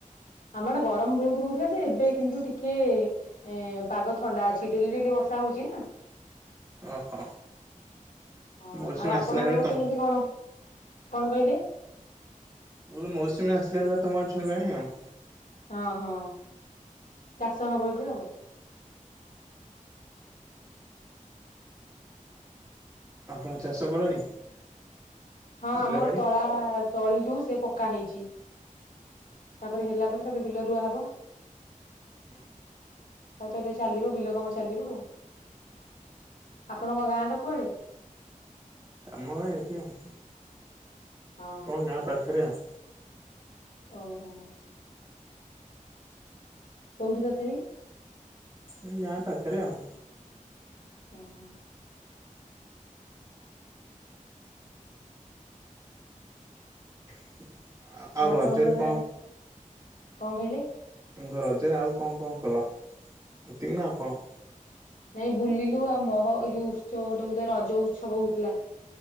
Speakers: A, on the left; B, on the right.
A: ଆମ ଆଡେ ଗରମ ବୋହୁତ ହୋଉଥିଲା ଯେ ଏବେ କିନ୍ତୁ ଟିକେ ଏ ପାଗ ଥଣ୍ଡା ଅଛି ଡେଲି ଡେଲି ବର୍ଷା ହଉଛି ନା।
B: ଓହୋ
A: ହଁ
B: ମୌସୁମୀ
A: ଆଉ ଆପଣଙ୍କର
B: ଆସିଲା ବେଳେ ତମ
A: କେମିତି କଣ କଣ କହିଲେ?
B: ମୁଁ କହିଲି ମୌସୁମୀ ଆସିଲାଣି ଭାରି ତମ ଆଡ଼େ ଛୁଇଁଲାଣି ଆଉ।
A: ହଁ ହଁ ଚାଷ ହବ ଏବେ ଆଉ।
B: ଆପଣ ଚାଷ କଲେଣି?
A: ହଁ
B: ବିଲବାଡି?
A: ଆମର ତଳା ତଳି ଯୋଉ ସେ ପକା ହେଇ ଚି ତାପରେ ହେଲା ପରେ ତାପରେ ବିଲ ରୁଆ ହବ।
B: ଉଁ ହୁଁ।
A: ଆଉ ତ ଏବେ ଚାଲିବ ବିଲ କାମ ଚାଲିବ ଆଉ। ଆପଣଙ୍କ ଗାଁ ଟା? କୁଆଡେ
B: କାମ ଏଇଟି ଆଉ।
A: ହଁ
B: ଆପଣ ଗାଁ ପାଖରେ ଆଉ।
A: ଓ ହୋ। କୋଉଠି ତଥା ବି?
B: ଏଇ ଗାଁ ପାଖରେ ଆଉ।
A: ଓ ହୋ।
B: <inaudible> ଆଉ
A: ଆପଣଙ୍କ
B: ରଜରେ
A: ଗାଁରେ
B: କଣ
A: କଣ କହିଲେ?
B: ତାଙ୍କ ରଜରେ ଆଉ କଣ କଣ କଲା, ଏତିକି ନା ଆଉ କଣ?
A: ନାଇଁ ବୁଲିଲୁ ଆଉ ମହ ଏ ଯୋଉ ଉତ୍ସବ ଗୋଟେ ହଉଥିଲା ରଜ ଉତ୍ସବ ହଉଥିଲା